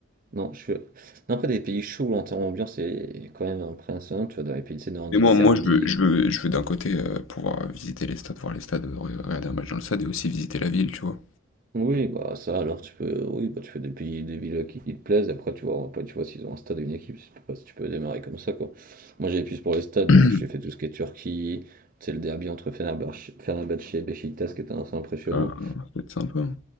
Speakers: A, on the right; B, on the left.
A: Non, je suis... Non, après, des pays chauds, en termes d'ambiance, c'est quand même impressionnant. Tu vois, dans les pays, tu sais, nordiques,
B: Mais moi,
A: Serbie...
B: moi je veux,
A: etc.
B: je veux, je veux d'un côté euh, pouvoir visiter les stades, voir les stades, euh, re- regarder un match dans le stade et aussi visiter la ville, tu vois.
A: Oui, bah ça, alors, tu peux... Oui, bah, tu fais des pays, des villes qui, qui te plaisent. Après, tu vois, après, tu vois s'ils ont un stade et une équipe. Je sais pas si tu peux démarrer comme ça, quoi. Moi, j'avais plus pour les stades,
B: <clears throat>
A: donc j'ai fait tout ce qui est Turquie. Tu sais, le derby entre Fenerbahçe Fenerbahçe et Beşiktaş, qui était assez impressionnant.
B: Ah, ça peut être sympa. hein.